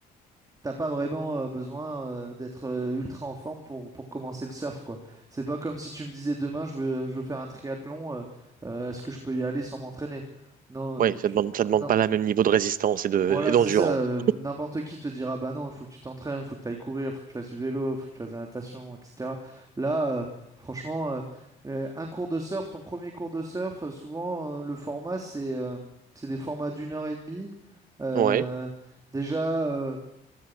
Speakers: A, on the right; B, on the right.
A: t'as pas vraiment euh, besoin euh, d'être euh, ultra en forme pour, pour commencer le surf, quoi. C'est pas comme si tu me disais demain je veux, je veux faire un triathlon, euh, euh, est-ce que je peux y aller sans m'entraîner? Non,
B: Ouais,
A: euh,
B: ça
A: tu...
B: demande, ça demande
A: non,
B: pas le même niveau de résistance et de,
A: voilà,
B: et d'endurance.
A: c'est ça. euh, N'importe qui te dira, bah non, il faut que tu t'entraînes, il faut que tu ailles courir, il faut que tu fasses du vélo, il faut que tu fasses de la natation, etc. Là, euh, franchement, euh, euh, un cours de surf, ton premier cours de surf, euh, souvent, euh, le format, c'est euh, c'est des formats d'une heure et demie. Euh,
B: Ouais,
A: déjà, euh,